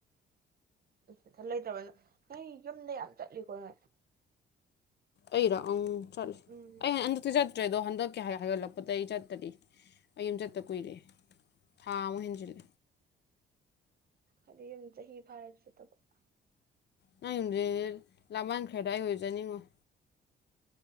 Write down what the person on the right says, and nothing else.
ꯅꯊꯟ ꯂꯩꯇꯕꯅ ꯅꯣꯏ ꯌꯨꯝꯗ ꯌꯥꯝ ꯆꯠꯂꯤꯀꯣ ꯅꯣꯏ
ꯎꯝ
ꯍꯥꯏꯗꯤ ꯌꯨꯝ ꯆꯍꯤ ꯐꯥꯔꯦ ꯑꯩꯁꯨ ꯆꯠꯇꯕ